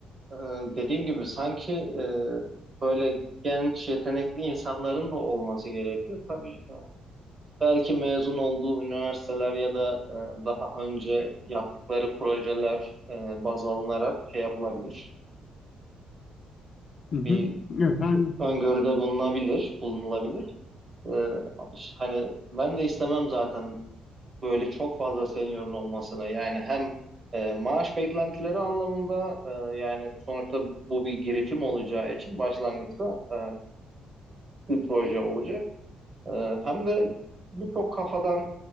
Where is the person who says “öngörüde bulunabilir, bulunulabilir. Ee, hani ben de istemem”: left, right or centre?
Right